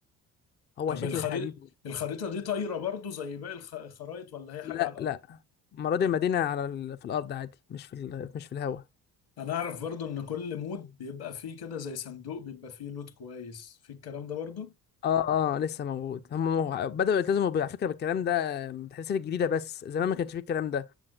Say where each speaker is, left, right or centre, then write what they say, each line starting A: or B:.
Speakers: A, on the left (about 25°); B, on the left (about 50°).
A: هو
B: طب
A: شكل
B: الخريطة
A: الحديد
B: الخريطة دي طايرة برضو زي باقي الخ- الخرايط ولا هي
A: لا
B: حاجة على الأرض؟
A: لا مرة دي المدينة على ال... في الأرض عادي مش في ال... مش في الهواء
B: أنا أعرف برضو إن كل مود بيبقى فيه كده زي صندوق بيبقى فيه لود كويس في الكلام ده برضو؟
A: اه اه لسه موجود هم مو- بدأوا يلتزموا ب- على فكرة بالكلام ده بالتحديثات الجديدة بس زمان ما كانش فيه الكلام ده